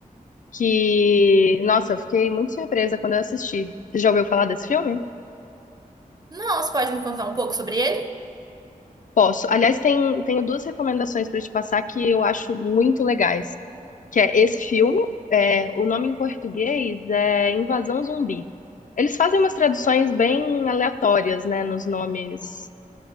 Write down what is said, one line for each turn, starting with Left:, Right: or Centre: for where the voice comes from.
Left: que, nossa, eu fiquei muito surpresa quando eu assisti. Você já ouviu falar desse filme?
Right: Não, você pode me contar um pouco sobre ele?
Left: Posso. Aliás, tem, tenho duas recomendações para te passar que eu acho muito legais, que é esse filme, é, o nome em português é Invasão Zumbi. Eles fazem umas traduções bem aleatórias, né, nos nomes